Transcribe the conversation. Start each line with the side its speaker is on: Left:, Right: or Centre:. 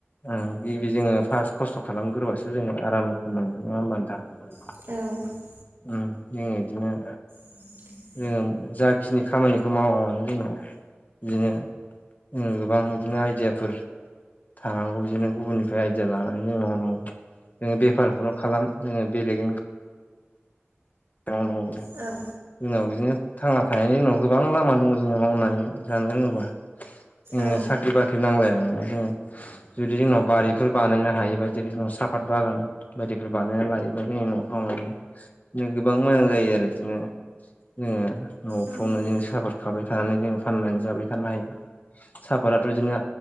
Left: ओ गिबि जोङो फार्स्ट खस्थ' खालामग्रोबासो जोङो आरामखौ मोनगोन नङा होमबा नोंथां?
Right: औ
Left: उम जोङो बिदिनो
Right: <inaudible>
Left: जोङो जाखिनि खामानिखौ मावा मानो जोंनाव बिदिनो जों गोबां बिदिनो आइडियाफोर थानांगौ बिदिनो गुबुननिफ्राय आइडिया लानानै जों मावनांगौ। जोङो बेफारखौनो खालाम जोङो बेलेग इनखाम मावनांगौ।
Right: औ
Left: जोंनाव बिदिनो थांना थानायनि उनाव गोबां लामा दङ जोङो मावनानै जानो रोङोबा। जोंनो
Right: औ
Left: साख्रि बाख्रि नांलाया मानो जोंनो। जुदि जोंनाव बारिफोर बानायनो हायोबा जुदि जोंनाव साफात बागान बायदिफोर बानायना लायो। दा जोंनि न'फ्राव बिनो गोबां मोजां जायो आरो बिदिनो जोङो न'फ्रावनो
Right: औ
Left: जों साफात खाबाय थानानै जोङो फाननानै जाबाय थानो हायो। साफाताथ' बिदिनो